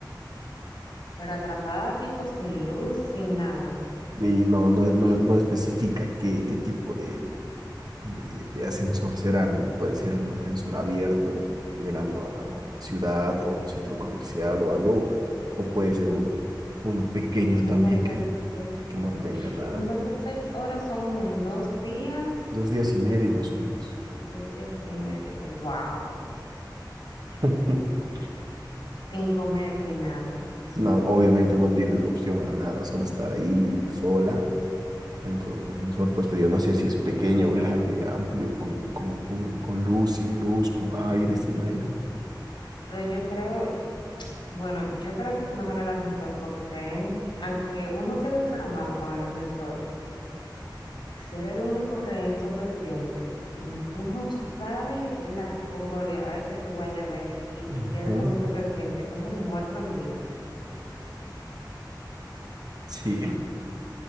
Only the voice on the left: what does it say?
Pero atrapada tipo sin luz, sin nada.
cincuenta
y seis
horas.
56 horas son dos días,
dos días y medio. Wow.
Sin comer ni nada.
Pero yo creo, Bueno, yo creo que es mejor el ascensor porque rehén, aunque uno quede traumado con el ascensor, ser el único rehén sobreviviente, mm, tú no sabes las horroridades que tú vayas a ver y
tú quedes como sobreviviente, como muerto en vida.